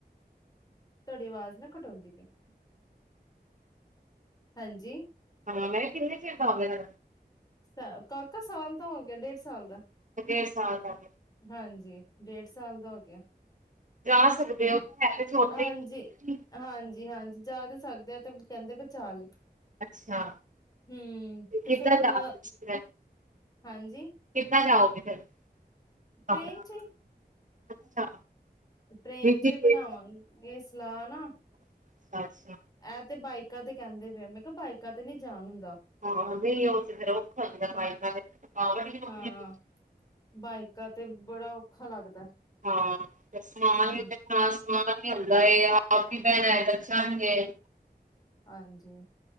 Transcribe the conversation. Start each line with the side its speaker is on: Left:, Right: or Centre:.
Left: ਤੁਹਾਡੀ ਆਵਾਜ਼ ਨਾ ਘੱਟ ਆਉਂਦੀ ਪਈ ਹੈ ਹਾਂਜੀ
Right: ਹਾਂ ਮੈਂ ਕਿਹਾ ਕਿੰਨੇ ਚਿਰ ਦਾ ਹੋ ਗਿਆ।
Left: ਸ ਕਾਕਾ ਸਾਲ ਦਾ ਹੋ ਗਿਆ ਡੇਢ ਸਾਲ ਦਾ।
Right: ਡੇਢ ਸਾਲ ਦਾ
Left: ਹਾਂਜੀ ਡੇਢ ਸਾਲ ਦਾ ਹੋ ਗਿਆ।
Right: ਜਾ ਸਕਦੇ
Left: ਹੂੰ,
Right: ਹੋ ਪਰ ਹੈ ਤੇ ਛੋਟੇ
Left: ਹਾਂਜੀ-ਹਾਂਜੀ-ਹਾਂਜੀ।
Right: ਹੀ
Left: ਜਾ ਤੇ ਸਕਦੇ ਐਂ ਤਾਂ ਹੀ ਕਹਿੰਦੇ ਪਏ ਚੱਲ।
Right: ਅੱਛਾ
Left: ਹੂੰ ਤੇ
Right: ਕਿੱਦਾਂ
Left: ਫਿਰ ਹੁਣ
Right: ਜਾ ਰਹੇ ਤੁਸੀਂ ਫਿਰ
Left: ਹਾਂਜੀ
Right: ਕਿੱਦਾਂ ਜਾਓਗੇ ਫਿਰ
Left: ਟ੍ਰੇਨ
Right: ਆਪਣਾ
Left: ਚ
Right: ਅੱਛਾ
Left: <inaudible> ਟ੍ਰੇਨ
Right: ਰਿਸ਼ੀਕੇਸ਼।
Left: ਚ ਹੀ ਬਨਾਵਾਂਗੇ ਸਲਾਹ ਨਾ।
Right: <unintelligible>
Left: ਇਹ ਤੇ ਬਾਈਕਾ ਤੇ ਕਹਿੰਦੇ ਪਏ ਹੈਂ ਮੈਂ ਕਿਹਾ ਬਾਈਕਾਂ ਤੇ ਨੀ ਜਾਨ।
Right: ਹਾਂ ਵਈ <unintelligible> ਔਖਾ ਹੋ ਜਾਂਦਾ ਹੈ ਬਾਈਕਾਂ ਤੇ
Left: ਹਾਂ।
Right: <unintelligible>
Left: ਬਾਈਕਾਂ ਤੇ ਬੜਾ ਔਖਾ ਲੱਗਦਾ।
Right: ਹਾਂ ਤੇ ਸਮਾਨ
Left: ਹੂੰ।
Right: ਵੀ ਇਹਨਾਂ ਸਾਰਾ ਨਹੀਂ ਹੁੰਦਾ ਇਹੀ ਆ ਆਪ ਵੀ ਬੈਣਾ ਹੈ ਬੱਚੇ ਚਾਂ ਨੇਂ
Left: ਹਾਂਜੀ